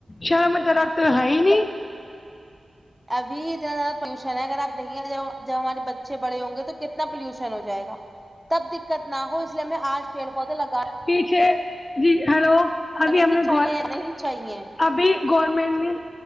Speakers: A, on the left; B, in the centre.
A: شر میں درخت ہے ہی نہیں
B: نہ قابل سماعت ابھی اتنا زیادہ پولوشن ہے اگر آ دیکھیں گے جب ہمارے بچے بڑے ہوں گے تو کتنا پولوشن ہو جائے گا تب دقت نہ ہو اس لیے میں آج پیڑ پودے لگا
A: چ جی ہیلو ابھی
B: نہیں
A: ہم نے
B: چاہیے نہیں چاہیے
A: ابھی گورنمنٹ نے